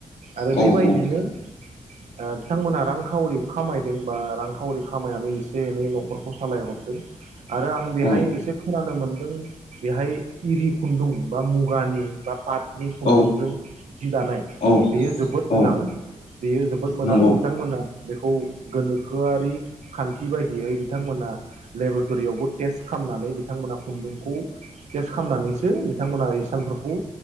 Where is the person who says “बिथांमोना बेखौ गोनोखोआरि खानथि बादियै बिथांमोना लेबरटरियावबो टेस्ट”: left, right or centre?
Right